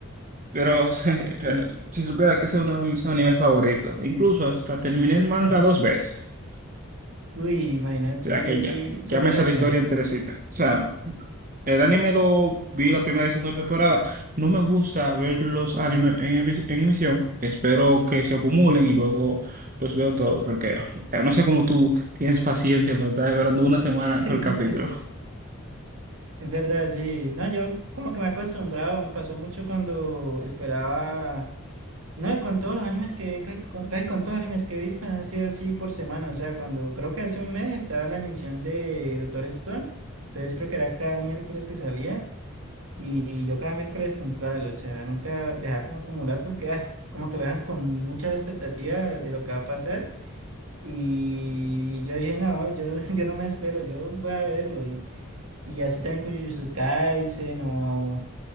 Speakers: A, on the right; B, on the right.
A: pero <laughs>
B: Y.
A: si supiera que esa es una de mis animes favoritos. Incluso hasta terminé
B: <laughs>
A: el manga dos veces.
B: Uy, imagínate,
A: O sea,
B: no,
A: que
B: yo sí,
A: ya,
B: solo
A: ya me
B: el
A: sé
B: anime.
A: la historia enterecita. O sea, el anime lo vi la primera y segunda temporada. No me gusta ver los animes en, emis- en emisión. Espero que se acumulen y luego los veo todos. Porque o sea, no sé cómo tú tienes paciencia para estar esperando una semana
B: <laughs>
A: por capítulo.
B: Es verdad, sí. No, yo como que me he acostumbrado, me pasó mucho cuando esperaba. No, con todos los animes que. Casi con casi con todos los animes que he visto han sido así por semana. O sea, cuando creo que hace un mes estaba la emisión de Doctor Stone. Entonces creo que era cada miércoles que salía. Y yo cada miércoles puntual, o sea, nunca dejaba como acumular porque ah, como que lo dejan con mucha expectativa de lo que va a pasar. Y yo dije, no, yo, <laughs> yo no me espero, yo voy a verlo. Y, y así también con Jujutsu Kaisen o